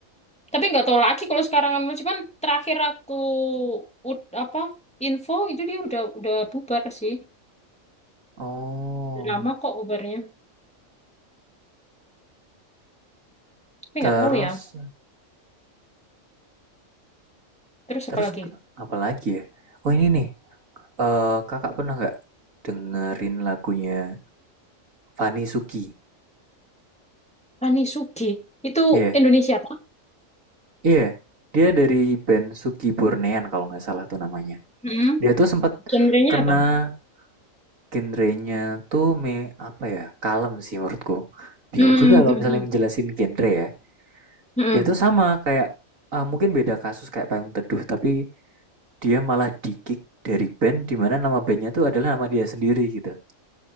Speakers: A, in the centre; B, on the right.
A: Tapi nggak tahu lagi kalau sekarang anu cuman terakhir aku ud- apa info itu dia udah udah bubar sih.
B: Oh,
A: Udah Lama kok bubarnya. Tapi
B: terus
A: nggak tahu ya. Terus
B: terus
A: apa lagi?
B: apa lagi ya? Oh, ini nih. Eh, kakak pernah nggak dengerin lagunya Fani Suki?
A: Ani Sugi. Itu
B: Iya, yeah.
A: Indonesia apa?
B: iya. Yeah. Dia dari band Suki Burnean kalau nggak salah tuh namanya.
A: Mm-mm.
B: Dia tuh sempat
A: Genrenya
B: kena
A: apa?
B: genrenya tuh me apa ya? Kalem sih menurutku. Bingung
A: Hmm.
B: juga kalau
A: Hmm.
B: misalnya
A: hmm,
B: menjelasin genre ya.
A: hmm.
B: Dia tuh sama kayak eh, mungkin beda kasus kayak Payung Teduh, tapi dia malah di-kick dari band di mana nama bandnya tuh adalah nama dia sendiri gitu.